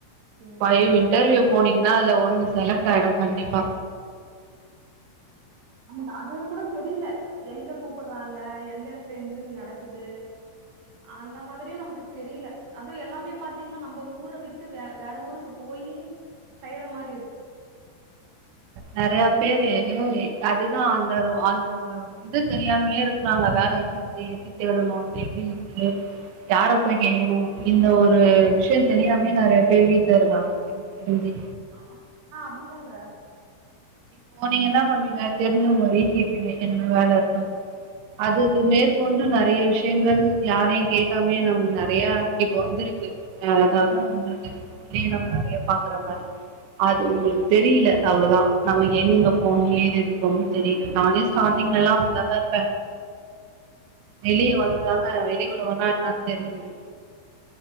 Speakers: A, on the right (about 65°); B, on the right (about 80°).
A: ம்
B: ஃபைவ் இன்டர்வியூ
A: தேடிட்டே இருக்க
B: போனீங்னா அதுல ஒண்ணு செலக்ட் ஆயிடு கண்டிப்பா.
A: நமக்கு அது கூட தெரியல. எங்க கூப்பட்றாங்க எந்த எடத்துல இன்ட்ருவியூ நடக்குது அந்த மாதிரியு நமக்கு தெரியல அதுவு எல்லாமே பாத்தீங்கனா நம்ப ஊர விட்டு வே வேற ஊருக்கு போயி செய்யற மாரி இருக்
B: நெறையா பேரு அதுதா அந்த அந்த ஒரு இது தெரியாமயே இருக்கறாங்க. வேல எங்க இருக்கு எப்டி தேடனு அது எங்க இருக்கு யார போய் கேக்கனுஇந்த ஒரு விஷயோ தெரியாமமே நெறைய பேர் வீட்ல இருக்காங்க எனக்கு தெரிஞ்சு.
A: ஆமா நா அப்டிதாங்க.
B: இப்போ நீங்க என்னா பண்ணுவீங்க தெரிஞ்சவங்க வரையு கேப்பீங்க எங்கனா வேல இருக்கான்னு அதுக்கு மேற்கொண்டு நெறைய விஷயங்கள் யாரையு கேக்காமயே நம்ம நெறைய இப்ப வந்துருக்கு ஆ அதாவது வந்துருக்கு ஃபோன்லயே நம்ம நெறைய பாக்குற மாரி அது உங்களுக்கு தெரியல அவ்ளோதா நமக்கு எங்க போணு ஏது இருக்கணு தெரியல நானே ஸ்டார்டிங்லலா
A: உண்மையான விஷயங்க
B: அப்டிதாங்க இருப்பே. வெளிய வந்துதாங்க வெளி உலகன்னா என்னான்னு தெரிஞ்சுது.